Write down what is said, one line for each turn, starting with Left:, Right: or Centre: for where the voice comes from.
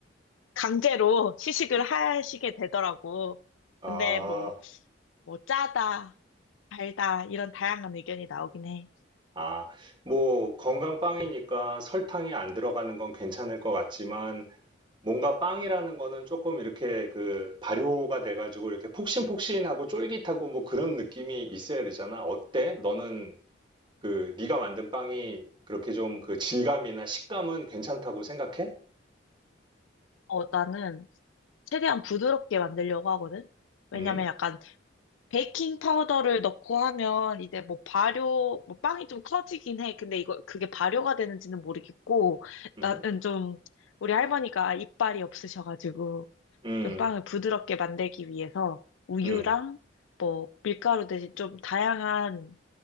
Left: 강제로 시식을 하시게 되더라고.
Right: 아,
Left: 근데 뭐, 뭐 짜다, 달다 이런 다양한 의견이 나오긴 해.
Right: 아. 뭐 건강빵이니까 설탕이 안 들어가는 건 괜찮을 것 같지만 뭔가 빵이라는 거는 조금 이렇게 그 발효가 돼가지고 이렇게 폭신폭신하고 쫄깃하고 뭐 그런 느낌이 있어야 되잖아. 어때? 너는 그 네가 만든 빵이 그렇게 좀 그 질감이나 식감은 괜찮다고 생각해?
Left: 어, 나는 최대한 부드럽게 만들려고 하거든. 왜냐면
Right: 음,
Left: 약간 베이킹 파우더를 넣고 하면 이제 뭐 발효, 뭐 빵이 좀 커지긴 해. 근데 이거 그게 발효가 되는지는 모르겠고,
Right: 음,
Left: 나는 좀 우리 할머니가 이빨이 없으셔가지고
Right: 음,
Left: 좀 빵을 부드럽게 만들기 위해서 우유랑
Right: 음.
Left: 뭐 밀가루 대신 좀 다양한